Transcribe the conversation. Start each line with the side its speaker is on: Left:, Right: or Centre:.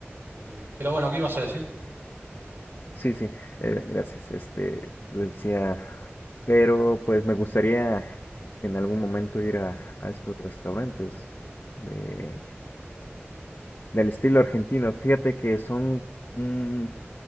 Right: Pero, pero bueno, ¿qué ibas a decir?
Left: Sí, sí, eh, gracias. Este, decía, pero pues me gustaría en algún momento ir a, a estos restaurantes de, del estilo argentino. Fíjate que son un,